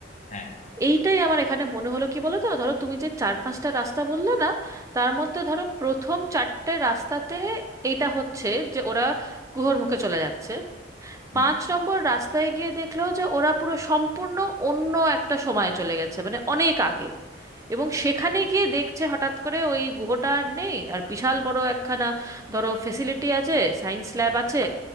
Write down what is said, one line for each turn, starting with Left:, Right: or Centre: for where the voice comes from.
Left: হ্যাঁ হ্যাঁ
Right: এইটাই আমার এখানে মনে হলো কি বলো তো ধরো তুমি যে চার পাঁচটা রাস্তা বললে না তার মধ্যে ধরো প্রথম চারটে রাস্তাতে এইটা হচ্ছে যে ওরা গুহর মুখে চলে যাচ্ছে
Left: হুম।
Right: পাঁচ নম্বর রাস্তায় গিয়ে দেখলো যে ওরা পুরো সম্পূর্ণ অন্য একটা সময়ে চলে গেছে মানে অনেক আগে এবং সেখানে গিয়ে দেখছে হঠাৎ করে ওই গুহটা আর নেই আর বিশাল বড় একখানা ধরো ফেসিলিটি আছে সায়েন্স ল্যাব আছে